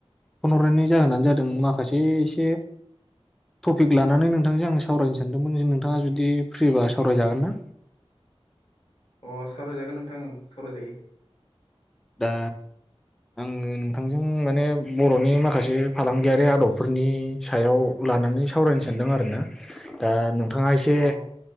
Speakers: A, in the centre; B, on the left.
A: फन हरनायनि जाहोनानो जादों माखासे एसे तपिक लानानै नोंथांजों आं सावरायनो सानदोंमोन नोंथाङा जुदि फ्रिबा सावरायजागोन ना?
B: अ सारावजागोन नोंथां औ सावरायजायो
A: दा आङो नोंथांजों माने बर'नि माखासे फालांगियारि आदबफोरनि सायाव लानानै सावरायनो सानदों आरो ना दा नोंथाङा एसे
B: अ